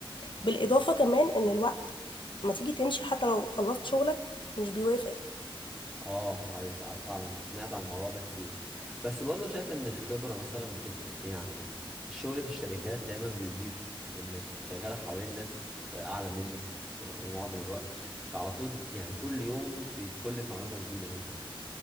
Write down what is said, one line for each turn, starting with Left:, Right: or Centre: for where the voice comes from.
Left: بالاضافه كمان ان الوقت ما تيجي تمشي حتى لو خلصت شغلك مش بيوافق
Centre: اه ايوه ساعات فعلا سمعت عن الموضوع ده كتير بس برضه شايف ان الخبرة مثلا بتفرق يعني الشغل في الشركات دايما بيضيف لانك شغال حوالين ناس اعلى منك في معظم الوقت فعلى طول يعني كل يوم بيدخل لك معلومة جديدة مثلا